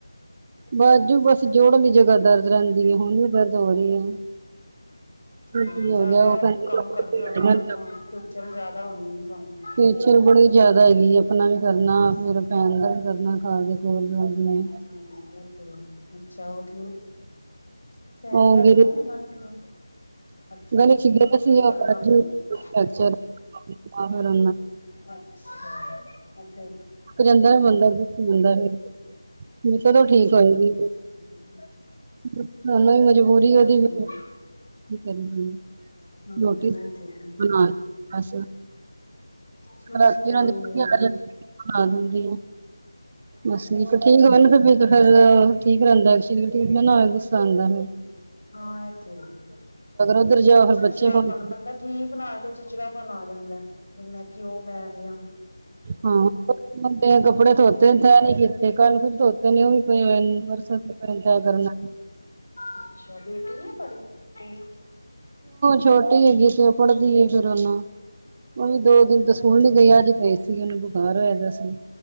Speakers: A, on the right; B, on the left.
A: ਬਾਜੂ ਬਸ ਜੋੜਣ‌ ਜਗ੍ਹਾ ਦਰਦ ਰਹਿੰਦੀ ਹੈ, ਹੁਣ ਵੀ ਦਰਦ ਹੋ ਰਹੀ ਹੈ।
B: ਹੂ,
A: ਕੀ
B: ਜਿਆਦਾ
A: ਹੋ ਗਿਆ ਉਹ ਕਹਿੰਦੀ
B: ਕੰਮ ਕਰਦੇ ਹਨਾ ਤਾਂ ਚੱਲ ਜਿਆਦਾ ਹੁੰਦੀ ਆ ਤੁਹਾਨੂੰ।
A: ਫੇਸ਼ੀਅਲ ਬੜੀ ਜਿਆਦਾ ਹੈਗੀ ਆਪਣਾ ਵੀ ਕਰਨਾ, ਫੇਰ ਭੈਣ ਦਾ ਵੀ ਕਰਨਾ। ਦੇ ਕੋਲ‌ ਜਾਂਦੀ
B: ਹਮ
A: ਹੈ।
B: ਹਾਂ ਇਹ ਤੇ ਹੈ ਅੱਛਾ ਉਹ ਠੀਕ ਭੈਣ
A: ਉਹ
B: ਦਾ
A: ਗ
B: ਕਿਉਂ ਉਹਨਾਂ ਨੂੰ ਕਿਉਂ ਅੱਛਾ
A: ਗੱਲੀ
B: ਅੱਛਾ
A: ਖਿਝੇ <unintelligible>
B: ਫਿਰ
A: ਸੀ
B: ਕਰਨਾ ਪੈਣਾ
A: ਫਿਰਨਾ <unintelligible>
B: ਅੱਛਾ ਉਹ ਫਿਰ
A: ਜਾਂਦਾ ਮੰਦਾਦਾ ਫ <unintelligible> ਕਦੋਂ ਠੀਕ ਹੋਏਗੀ।
B: ਹਾਂਜੀ।
A: ਸਾਨੂੰ ਵੀ ਮਜਬੂਰੀ, ਉਹਦੀ
B: ਕਰੇ
A: ਵੀ
B: ਬੰਦਾ
A: ਮਜਬੂਰ
B: ਹਾਂ
A: ਨੋਟੀਸ
B: ਇਹ ਤੇ ਹੈ
A: ਹਾਂ ਲ ਹੱਸ।
B: ਚਲੋ
A: ਰਾਤੀਂ
B: ਕੋਈ
A: ਇਨ੍ਹਾਂ ਦੇ ਪ
B: ਨੀ
A: ਹਾਜੀ। ਬਸ
B: ਅੱਛਾ
A: ਠੀਕ-
B: ਅੱਛਾ
A: ‌ਠੀਕੇ ਮੈਨੂੰ ਤਾਂ ਭੇਜ ਦੋ। ਫਿਰ ਠੀਕ ਰਹਿੰਦਾ ਸਰੀਰ ਠੀਕ ਨਾ ਹੋਵੇ ਗੁੱਸਾ ਆਉਂਦਾ‌ ਮੇਨੂੰ।
B: ਹਾਂ, ਇਹ ਤੇ‌ ਹੇਇਏ।
A: ਉੱਧਰ ਜਾਓ ਫਿਰ
B: ਚਿੜਚਿੜਾਪਨ
A: ਬੱਚੇ ਫੋਨ
B: ਬੰਦਾ ਠੀਕ ਨਾ ਹੋ ਤੇ ਚਿੜਚਿੜਾਪਨ ਆ ਜਾਂਦਾ ਵੀ। ਮੈਂ ਕਿਉਂ ਮੈਂ ਵੀ ਹਾਂ।
A: ਹਾਂ। ਕੱਪੜੇ ਧੋਤੇ
B: ਹਮ
A: ਤੈਅ ਨਹੀਂ ਕੀਤੇ ਕੱਲ ਫਿਰ ਧੋਤੇ। ਨ ਉਹਮੀ ਪ ਬਰਸਗਰ <unintelligible>
B: ਅੱਛਾ ਬੇਟੀ ਨੀ ਹੈ ਤੁਹਾਡੀੇੇ ਟੀ
A: ਛੋਟੀ ਹੈਗੀ ਤੇ ਉਹ ਪੜਦੀ ਹੈ ਫਿਰ ਹੁਣ। ਮ ਵੀ ਦੋ
B: ਹਾਂ
A: ਦਿਨ
B: ਪੜ੍ਹਾਈ
A: ਤਾਂ ਸਕੂਲ
B: ਵੀ
A: ਨੀ
B: ਜ਼ਰੂਰੀ
A: ਗਈ ਅੱਜ ਗਈ
B: ਹੈ
A: ਸੀ ਉਹਨੂੰ ਬੁਖਾਰ ਹੋਆ ਪਿਆ ਸੀ।